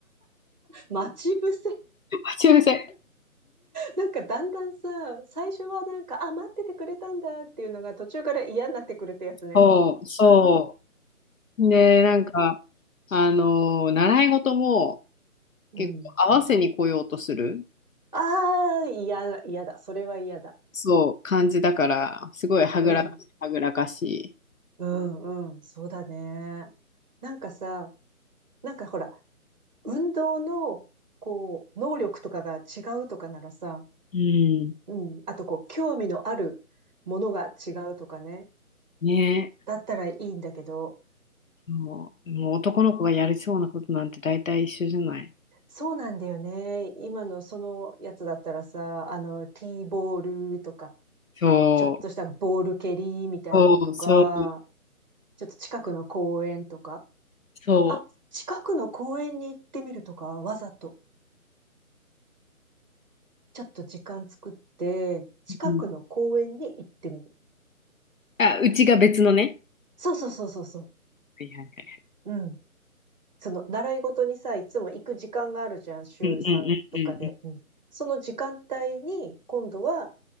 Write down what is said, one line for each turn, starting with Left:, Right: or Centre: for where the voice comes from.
Right: 待ち伏せ。
Left: <laughs> 待ち合せ。
Right: なんかだんだんさ、最初はなんか、あ、待っててくれたんだっていうのが途中から嫌になってくるってやつね。
Left: そう、そう。で、なんか、あのー習い事も
Right: うん。
Left: 結構合わせに来ようとする、
Right: ああ、嫌だ、嫌だ。それは嫌だ。
Left: そう、感じだから、すごいはぐらかし、
Right: うん。
Left: はぐらかし
Right: うんうん、そうだね。なんかさ、なんかほら、運動の、こう、能力とかが違うとかならさ、
Left: い。う
Right: うん、あとこう、興味のあるものが違うとかね、
Left: ん。ね。
Right: だったらいいんだけど、
Left: そう、もう男の子がやりそうなことなんて大体一緒じゃない。
Right: そうなんだよね。今のそのやつだったらさ、あの、ティーボールとか、
Left: そう、
Right: ちょっとしたボール蹴りみたいなのとか、
Left: そう、そう、
Right: ちょっと近くの公園とか、
Left: そ
Right: あ、近くの公園に行ってみるとか、わざと。ちょっと時間作って、近くの公園に行ってみる。
Left: う。うん、あ、うちが別のね。
Right: そうそうそうそうそう。
Left: はいはいはい。
Right: うん。その、習い事にさ、いつも行く時間があるじゃん、週さんとかで。
Left: うんうんうんうん。
Right: うん。その時間帯に、今度は、